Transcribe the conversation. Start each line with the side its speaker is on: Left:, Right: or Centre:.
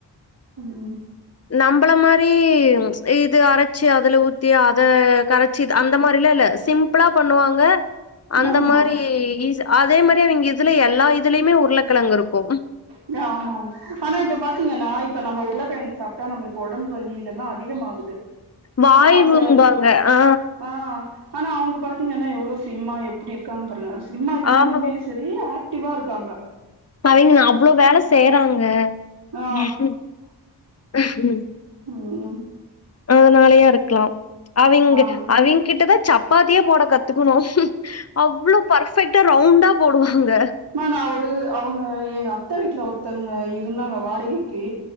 Right: உம்
Left: நம்பள மாறி ப்சு இது அரச்சு அதுல ஊத்தி அத கரச்சு அந்த மாறிலா இல்ல சிம்ப்ளா பண்ணுவாங்க அந்த
Right: ஆமா
Left: மாறி இஸ் அதே மாறி அவிங்க இதுல எல்லா இதுலயுமே உருளைகிழங்கு இருக்கும்
Right: அட ஆமாம் ஆனா இப்ப பாத்திங்கனா இப்ப நம்ம உருளைகிழங்கு சாப்டா நம்மளுக்கு உடம்பு வலி இதெல்லா அதிகமாகுது
Left: வாய்வும்பாங்க.
Right: ஆனா அவுங்க
Left: ஆ.
Right: ஆ ஆனா அவுங்க பாத்தீங்கன்னா எவ்ளோ ஸ்லிம்மா எப்டி இருக்காங்கனு பாருங்க ஸ்லிம்மா இல்லைனாலுமே
Left: ஆமாங்க.
Right: செரி ஆக்டிவா இருக்காங்க
Left: பையனுங்க அவ்ளோ வேலை செய்றாங்க
Right: ஆ
Left: உஹ்ன் உஹ்ன்
Right: ம்ம்
Left: அதனாலயா இருக்கலாம் அவிங்
Right: ஆ
Left: அவிங்க கிட்டதா சப்பாத்தியே போட கத்துகணும் அவ்ளோ ஃபர்பெக்டா ரவுண்டா போடுவாங்க
Right: மா நா ஒரு அவுங்க எங்க அத்தை வீட்ல ஒருத்தவங்க இருந்தாங்க வாடகைக்கு